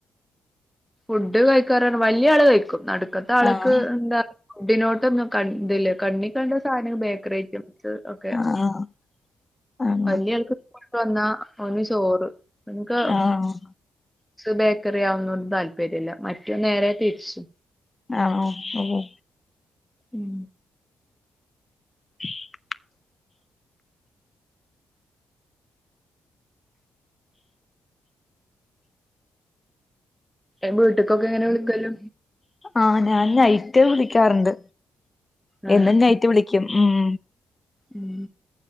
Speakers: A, in the centre; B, on the left.
A: ഫുഡ് കഴിക്കാറാണ് വല്യ ആള് കയ്ക്കും. നടുക്കത്തെ ആള്ക്ക്
B: ആഹ്
A: എന്താ, ഫുഡിനോട്ടൊന്നും കണ്ടില്ല കണ്ണിക്കണ്ട സാധന ബേക്കറി ഐറ്റം സ് ഒക്കെ.
B: ആഹ് ആണോ
A: വല്യ ആൾക്ക് ങ്ങോട്ട് വന്നാ ഓന് ചോറ്. നമുക്ക്
B: ആഹ്
A: ബേക്കറി അതൊന്നും താല്പര്യല്ല. മറ്റേ നേരെ തിരിച്ചും.
B: ആഹ് ആ അതെ.
A: ഉം
B: <inaudible>
A: ഏ വീട്ട്ക്കൊക്കെ എങ്ങനെ വിളിക്കല്?
B: ആഹ് ഞാൻ നൈറ്റ് വിളിക്കാറുണ്ട്.
A: ആ
B: എന്നും നൈറ്റ് വിളിക്കും ഉം.
A: ഉം